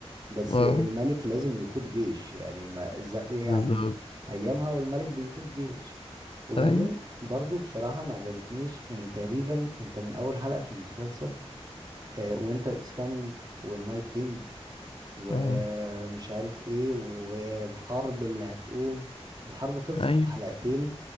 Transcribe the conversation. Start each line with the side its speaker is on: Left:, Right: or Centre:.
Right: بس
Left: اه
Right: الملك لازم يقود جيش يعني ما ز- يعني
Left: بالظبط
Right: ايامها والملك بيقود جيش وبعدين
Left: ايوه
Right: برضو بصراحة ما عجبتنيش ان تقريبا انت من اول حلقة في المسلسل وينتر از كامينج والنايت كينج ومش
Left: اه
Right: عارف ايه والحرب اللي هتقوم الحرب خلصت
Left: ايوه
Right: في حلقتين